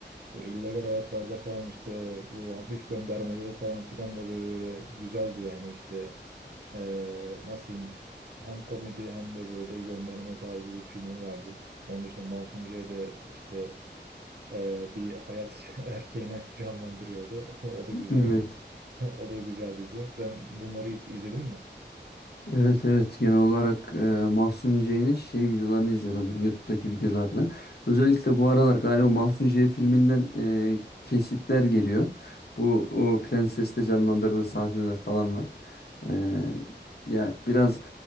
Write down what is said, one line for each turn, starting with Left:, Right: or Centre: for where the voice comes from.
Right: Bu illegal hayatlarda falan işte bu hafif göndermeleri falan filan da böyle, böyle güzeldi yani işte eee nasıl diyeyim hem komedi hem de böyle gönderme tarzı bir filmi vardı. Onun dışında Mahsun J de işte eee, bir hayat <laughs> erkeğine canlandırıyordu. <laughs> O da güzeldi.
Left: Evet.
Right: <laughs> O da güzel dizi. Sen bunları hiç izledin mi?
Left: Evet evet genel olarak e, Mahsun C'nin şey videolarını izliyordum ben YouTube'daki videolarda. Özellikle bu aralar galiba Mahsun Ç filminden e, kesitler geliyor. Bu o prensesle canlandırdığı sahneler falan var. E, ya biraz